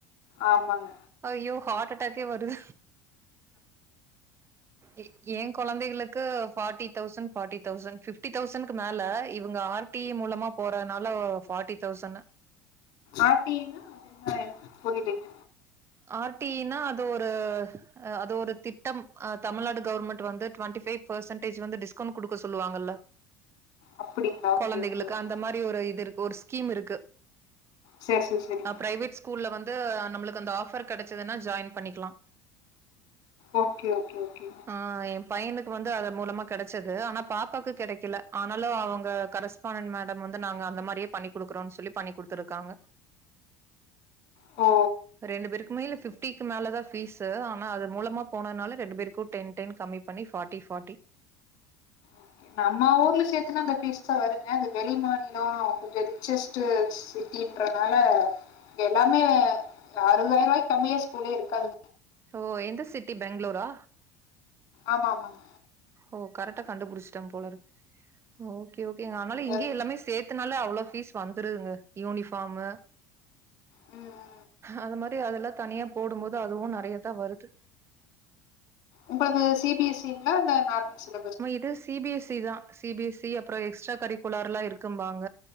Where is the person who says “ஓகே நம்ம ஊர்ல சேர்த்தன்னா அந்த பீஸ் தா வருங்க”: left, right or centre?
Left